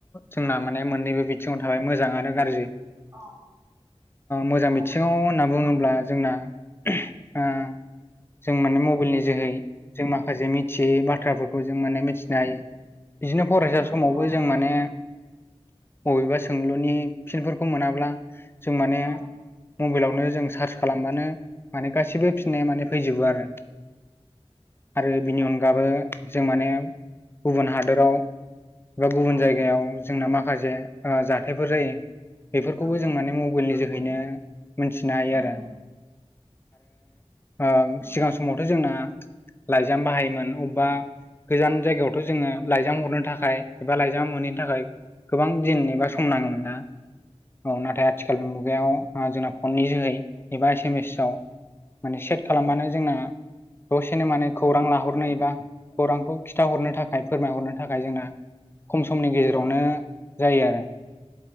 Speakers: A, on the left; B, on the right.
A: जोंना माने मोननैबो बिथिङाव थाबाय मोजां आरो गाज्रि
B: औ
A: मोजां
B: औ
A: बिथिङाव होनना बुङोब्ला जोंना ओ जों माने मबाइलनि जोहै जों माखासे मिथियै बाथ्राफोरखौ जों माने मिथि बिदिनो फरायसा समावबो
B: औ
A: जों माने बबेबा सोंलुनि
B: औ
A: फिनफोरखौ मोनाब्ला जों माने
B: औ
A: मबाइलावनो जों सार्च खालामबानो माने गासिबो फिननाया माने फैजोबो आरो आरो बिनि गाबो जों माने गुबुन हादराव बा गुबुन
B: औ
A: जायगायाव जोंना माखासे जाथायफोर जायो बेफोरखौबो
B: औ
A: जों माने मबाइलनि जोहैनो मोनथिनो हायो
B: औ
A: आरो आरो सिगां समावथ' जोंना लाइजाम बाहायोमोन अबेबा गोजान
B: औ
A: जायगायावथ' जोङो लाइजाम हरनो थाखाय एबा लाइजाम मैनैनो थाखाय गोबां दिन बा
B: औ
A: सम नाङोमोन ना औ नाथाय आथिखाल मुगायाव जोंना फननि जोहै एबा एस एम एसआव माने सेट खालामबानो
B: औ
A: जोंना दसेनो माने खौरां लाहरनो एबा खौरांखौ खिन्थाहरनो थाखाय फोरमायहरनो थाखाय जोंना खम समनि गेजेरावनो जायो आरो